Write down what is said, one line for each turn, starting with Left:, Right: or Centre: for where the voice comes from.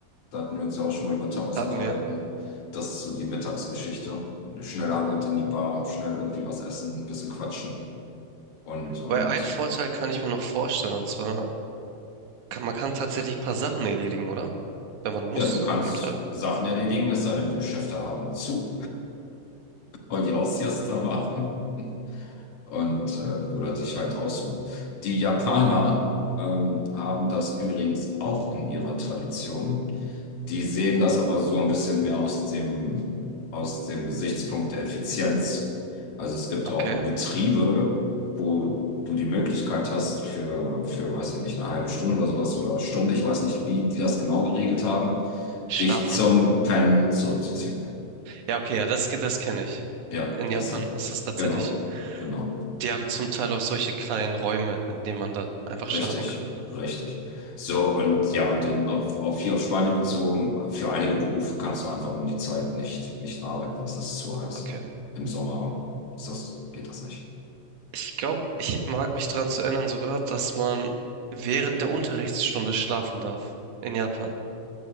Left: Da hatten wir uns ja auch schon mal über Tapas
Right: hatten
Left: unterhalten.
Right: wir.
Left: Das ist so die Mittagsgeschichte. Schnell halt in die Bar, schnell irgendwie was essen, ein bisschen quatschen. Und, und
Right: Weil ein Vorteil kann ich mir noch vorstellen, und zwar kann man kann tatsächlich ein paar Sachen erledigen, oder? Wenn man muss
Left: ja, du kannst
Right: an dem Tag.
Left: Sachen erledigen, es sei denn, die Geschäfte haben zu. weil die Austrias da waren und äh, oder sich halt ausruhen. Die Japaner ähm, haben das übrigens auch in ihrer Tradition. Die sehen das aber so ein bisschen mehr aus dem, aus dem Gesichtspunkt der Effizienz. Also es gibt
Right: Okay.
Left: auch in Betriebe, wo du die Möglichkeit hast für, für, weiß ich nicht, eine halbe Stunde oder sowas oder Stunde, ich weiß nicht, wie die das genau geregelt haben,
Right: Schlafen.
Left: dich zum Pennen zurückzuziehen.
Right: Ja, okay, ja, das, ke- das kenne ich.
Left: Ja,
Right: In Japan
Left: das, äh,
Right: ist das tatsächlich.
Left: genau, genau,
Right: Die haben zum Teil auch solche kleinen Räume, in denen man dann einfach schlafen
Left: richtig,
Right: kann.
Left: richtig. So, und ja, und in, auf, auf hier auf Spanien bezogen, für einige Berufe kannst du einfach um die Zeit nicht, nicht arbeiten. Es ist zu heiß.
Right: Okay.
Left: Im Sommer ist das, geht das nicht.
Right: Ich glaube, ich mag mich daran zu erinnern sogar, dass man während der Unterrichtsstunde schlafen darf in Japan.